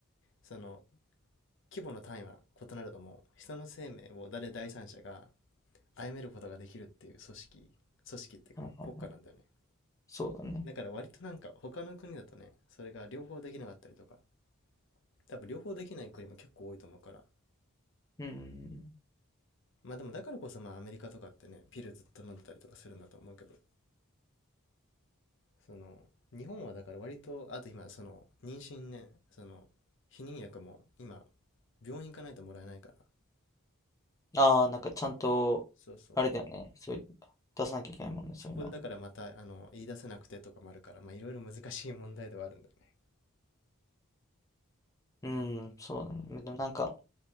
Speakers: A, on the left (about 60°); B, on the left (about 15°).
A: その規模の単位は異なるとも、人の生命を誰第三者が殺めることができるっていう組織、組織っていうかまあ国家なんだよね。
B: はいはいはい。そうだね。
A: だから割となんか他の国だとね、それが両方できなかったりとか、多分両方できない国も結構多いと思うから。
B: うんうん
A: まあでもだからこそまあアメリカとかってね、ピルずっと飲んでたりとかするんだと思うけど、その、日本はだから割と、あと今その、妊娠ね、その、避妊薬も今、病院行かないともらえないから。
B: うん。ああ、なんかちゃんと、
A: そうそうそう。
B: あれだよね。そういう、出さなきゃいけないもんね、そういうの。
A: そこでだからまた、あの、言い出せなくてとかもあるから、まあいろいろ難しい問題ではあるんだよね。
B: うん、そうだね。でもなんか、